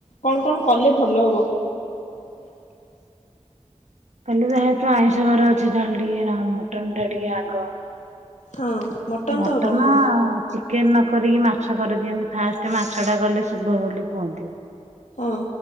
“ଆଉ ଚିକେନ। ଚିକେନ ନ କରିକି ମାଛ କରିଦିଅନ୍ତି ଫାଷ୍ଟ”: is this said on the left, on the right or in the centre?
Right